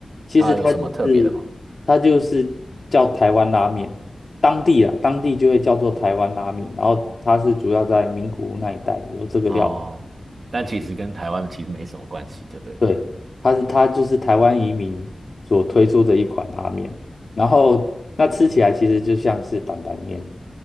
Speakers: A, on the left; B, on the right.
A: 其实它就是它就是叫台湾拉面，
B: 它有什么特别的吗？
A: 当地啊当地就会叫做台湾拉面，然后它是主要在名古屋那一带有这个料理
B: 哦，但其实跟台湾其实没什么关系，就对了
A: 对，它是它就是台湾移民所推出的一款拉面，然后那吃起来其实就像是担担面。